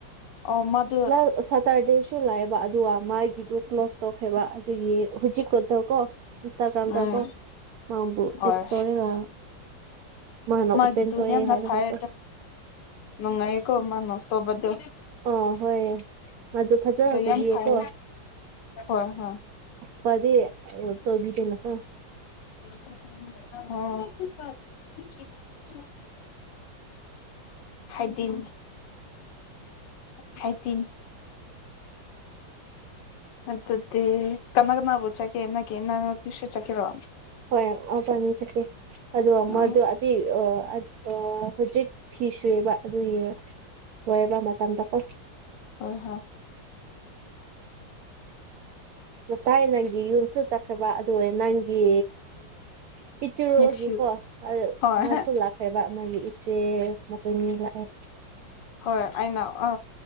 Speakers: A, on the left; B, on the right.
A: ꯑꯣꯃꯠ
B: ꯅꯔ ꯁꯇꯔꯗꯦꯁꯨ ꯂꯥꯛꯑꯦꯕ ꯑꯗꯨꯒ ꯃꯥꯥꯏꯒꯤꯗꯨ ꯀ꯭ꯂꯣꯁ ꯇꯣꯛꯈꯦꯕ ꯑꯗꯨꯒꯤ ꯍꯧꯖꯤꯛꯀꯣꯠꯇꯧ ꯀꯣ ꯏꯟꯁꯇꯥꯒ꯭ꯔꯥꯝꯗꯀꯣ
A: ꯎꯝ
B: ꯃꯥꯝꯕꯨ
A: ꯍꯣꯏ
B: ꯇꯦꯛꯁ ꯇꯧꯔꯦꯕ ꯃꯥꯅ
A: ꯃꯥꯒꯤꯗꯨ
B: ꯎꯄꯦꯟ ꯇꯣꯋꯦ
A: ꯌꯥꯝꯅ
B: ꯍꯥꯏꯔꯒ
A: ꯁꯥꯏ
B: ꯀꯣ
A: ꯅꯨꯡꯉꯥꯏꯌꯦꯀꯣ ꯃꯥꯅ ꯁꯇꯣꯞꯄꯗꯨ
B: ꯑꯥ ꯍꯣꯏ ꯃꯗꯨ ꯐꯖꯅ
A: ꯑꯗꯣ
B: ꯇꯧꯕꯤꯌꯦꯀꯣ
A: ꯌꯥꯝ ꯐꯥꯏ ꯍꯣꯏ ꯍꯣꯏ
B: ꯄꯗꯤ ꯇꯣꯕꯤ ꯀꯩꯅꯣꯀꯣ
A: ꯍꯣ ꯍꯥꯏꯗꯤꯟ ꯍꯥꯏꯗꯤꯟ ꯑꯗꯨꯗꯤ ꯀꯅꯥ ꯀꯅꯥꯅꯕꯨ ꯆꯠꯀꯦ ꯅꯀꯤꯅ ꯄꯤꯁꯨ ꯆꯠꯀꯦꯔꯣ
B: ꯍꯣꯏ ꯑ ꯄꯅꯤ ꯆꯠꯀꯦ
A: ꯑꯣ
B: ꯑꯗꯣ ꯃꯗꯨ ꯄꯤ ꯑ ꯑꯠ ꯑ ꯍꯧꯖꯤꯛ ꯐꯤ ꯁꯨꯋꯦꯕ ꯑꯗꯨꯏ ꯂꯣꯏꯕ ꯃꯇꯝꯗꯀꯣ
A: ꯑ ꯍꯥ
B: ꯉꯁꯥꯏ ꯅꯪꯒꯤ ꯌꯨꯝꯁꯨ ꯆꯠꯈ꯭ꯔꯕ ꯑꯗꯨ ꯅꯪꯒꯤ ꯄꯤꯛꯇꯔꯨꯒꯤꯀꯣ
A: ꯅꯦꯐ꯭ꯌꯨ ꯍꯣꯏ
B: ꯃꯁꯨ ꯂꯥꯛꯈ꯭ꯔꯦꯕ ꯃꯣꯏꯒꯤ ꯁꯦ‌ ꯑꯃꯨꯛ‌ ꯀꯩꯅꯣ ꯂꯥꯛꯑꯦ
A: ꯍꯣꯏ ꯑꯩꯅ ꯑ